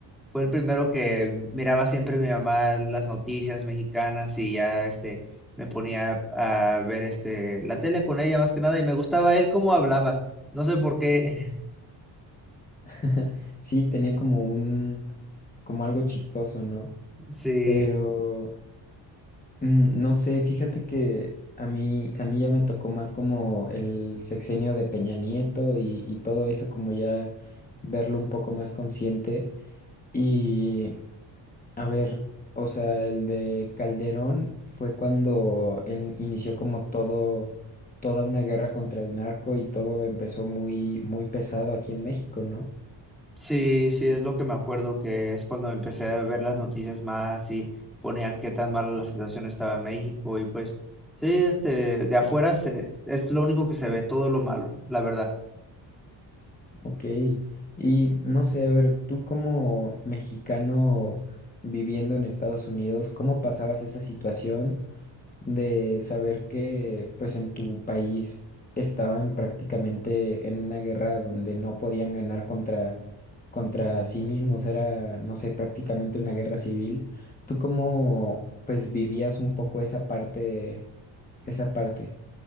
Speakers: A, in the centre; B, on the left.
A: Fue el primero que miraba siempre mi mamá las noticias mexicanas y ya este me ponía a ver este la tele con ella más que nada y me gustaba él cómo hablaba. No sé por qué. <laughs>
B: <laughs> Sí, tenía como un, como algo chistoso, ¿no?
A: Sí,
B: Pero... Mm, No sé, fíjate que a mí, a mí ya me tocó más como el sexenio de Peña Nieto y, y todo eso, como ya verlo un poco más consciente. Y a ver, o sea, el de Calderón fue cuando en- inició como todo, toda una guerra contra el narco y todo empezó muy, muy pesado aquí en México, ¿no?
A: sí, sí, es lo que me acuerdo que es cuando empecé a ver las noticias más y ponían qué tan mala la situación estaba en México y pues sí, este de afuera se- es lo único que se ve, todo lo malo, la verdad.
B: Ok, y no sé, a ver, tú como mexicano viviendo en Estados Unidos, ¿cómo pasabas esa situación de saber que pues en tu país estaban prácticamente en una guerra donde no podían ganar contra, contra sí mismos? Era, no sé, prácticamente una guerra civil. ¿Tú cómo pues vivías un poco esa parte, esa parte?